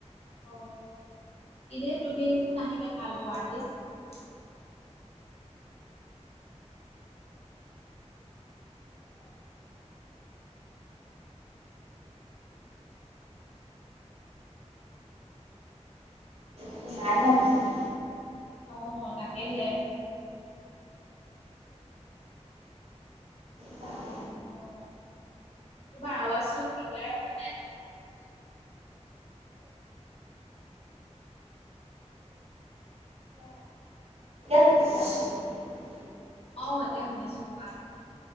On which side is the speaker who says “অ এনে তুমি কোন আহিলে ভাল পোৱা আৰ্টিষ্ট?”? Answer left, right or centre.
Left